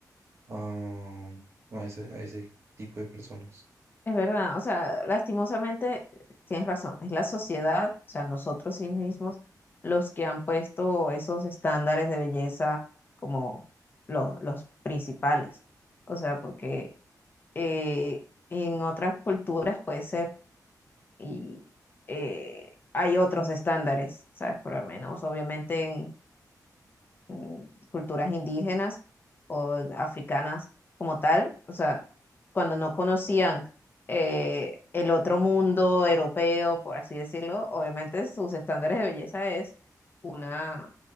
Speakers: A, on the right; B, on the left.
A: a, a ese, a ese tipo de personas.
B: Es verdad, o sea, lastimosamente tienes razón, es la sociedad, o sea, nosotros sí mismos, los que han puesto esos estándares de belleza como lo- los principales. O sea, porque eh, en otras culturas puede ser, y eh, hay otros estándares, ¿sabes? Por lo menos, obviamente, en, mm, culturas indígenas o africanas como tal, o sea, cuando no conocían eh, el otro mundo europeo, por así decirlo, obviamente sus estándares de belleza es una,